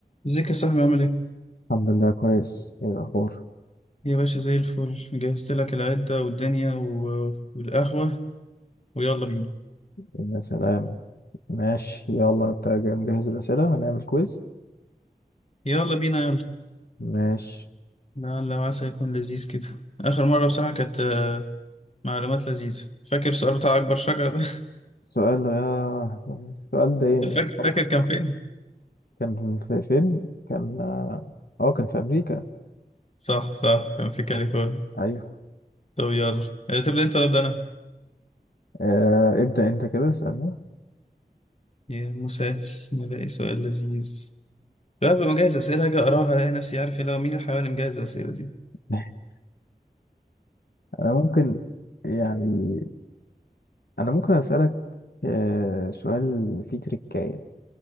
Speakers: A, on the left (about 40°); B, on the left (about 75°).
A: ازيك يا صاحبي عامل ايه؟
B: الحمد لله كويس ايه الاخبار
A: يا باشا زي الفل جهزت لك العدة والدنيا و... والقهوة ويلا بينا
B: إيه يا سلام ماشي يلا انت جاي مجهز الاسئله هنعمل كويز
A: يلا بينا يلا
B: ماشي
A: لعل وعسى يكون لذيذ كده آخر مرة بصراحة كانت آه، معلومات لذيذة فاكر سؤال بتاع أكبر شجرة ده؟
B: سؤال يا سؤال ضايقني
A: <laughs> فاكر
B: بصراحه
A: فاكر كان فين؟
B: كان في فين كان اه آه، كان في امريكا
A: صح صح كان في كاليفورنيا
B: ايوه
A: طب يلا آه، تبدأ أنت ولا أبدأ أنا؟
B: آه ابدا انت كده اسالني
A: يا مسهل نلاقي سؤال لذيذ لا ببقى مجهز أسئلة أجي أقراها ألاقي نفسي عارف اللي هو مين الحيوان اللي مجهز الأسئلة دي؟
B: <laughs> انا ممكن يعني انا ممكن اسالك آه سؤال فيه تريكايه